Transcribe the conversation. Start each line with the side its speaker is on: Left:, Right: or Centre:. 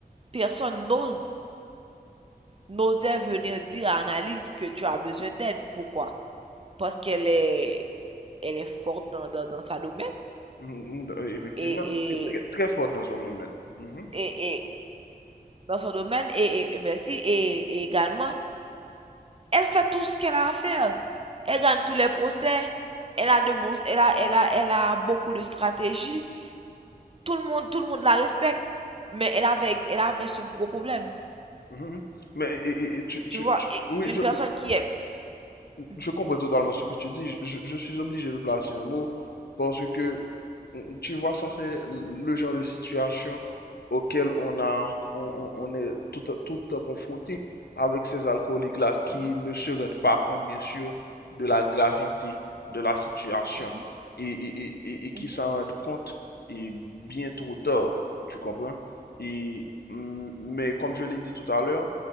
Right: personne n'ose n'osait venir dire à Annalise que tu as besoin d'aide. Pourquoi? Parce qu'elle est, elle est forte dans, dans, dans sa domaine
Left: mhm, mhm, euh, effectivement,
Right: et,
Left: très, très,
Right: et,
Left: très fort dans son domaine. Mhm,
Right: et, et dans son domaine et, et- et merci et, et également, elle fait tout ce qu'elle a à faire. Elle gagne tous les procès. Elle a de bons, elle a, elle a, elle a beaucoup de stratégies. Tout le monde, tout le monde la respecte, mais elle avait, elle avait ce gros problème.
Left: mhm. mhm. Mais et- et- et tu, tu-
Right: Tu vois,
Left: tu-
Right: et
Left: oui,
Right: une
Left: je,
Right: personne qui est Mhm,
Left: je comprends totalement ce que tu dis. Je, je suis obligé de placer un mot parce que tu vois, ça c'est le genre de situation auquel on a, on, on- on est tout, tout confronté avec ces alcooliques-là qui
Right: mhm,
Left: ne se rendent pas compte, bien sûr, de la gravité de la situation
Right: mhm,
Left: et, et- et- et- et qui
Right: mhm,
Left: s'en rendent compte et bien trop tard, tu comprends? Et, mm, mais comme je l'ai dit tout à l'heure,